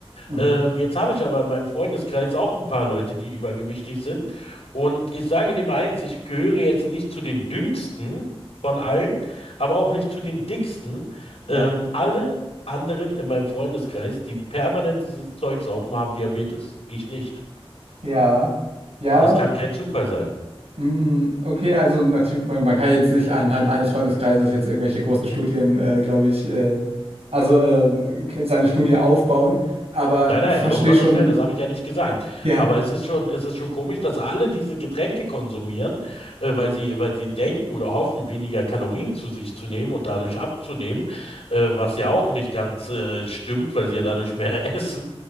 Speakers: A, on the right; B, on the left.
A: Mhm.
B: ähm, jetzt habe ich aber in meinem Freundeskreis auch ein paar Leute, die übergewichtig sind. Und ich sage dir mal eins, ich gehöre jetzt nicht zu den dünnsten von allen, aber auch nicht zu den dicksten.
A: Ja.
B: Ähm, alle anderen in meinem Freundeskreis, die permanent dieses Zeugs saufen, haben Diabetes. Ich nicht.
A: Ja. Ja,
B: Das kann kein Zufall sein.
A: Mm, Okay, also natürlich, man, man kann jetzt nicht anhand eines Freundeskreises jetzt irgendwelche großen Studien, äh, glaube ich, äh, also äh, seine Studie aufbauen, aber
B: Nein,
A: ich
B: nein,
A: verstehe
B: um Gottes
A: schon,
B: Willen, das habe ich ja nicht gesagt.
A: ja,
B: Aber es ist schon, es ist schon komisch, dass alle diese Getränke konsumieren, äh, weil sie, weil sie denken oder hoffen, weniger Kalorien zu sich zu nehmen und dadurch abzunehmen, äh, was ja auch nicht ganz äh, stimmt, weil sie ja dadurch mehr <laughs> essen.